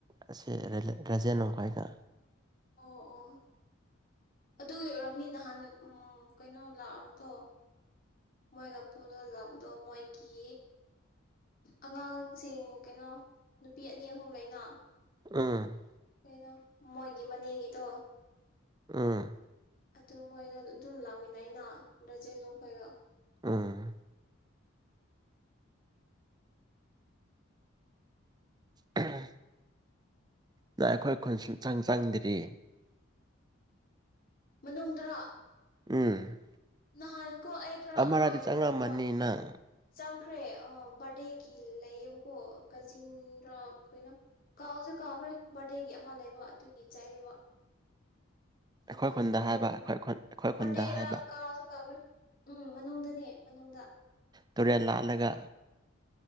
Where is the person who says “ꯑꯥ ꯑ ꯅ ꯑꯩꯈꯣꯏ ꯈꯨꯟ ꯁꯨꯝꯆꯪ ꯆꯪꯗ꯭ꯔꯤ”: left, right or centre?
Right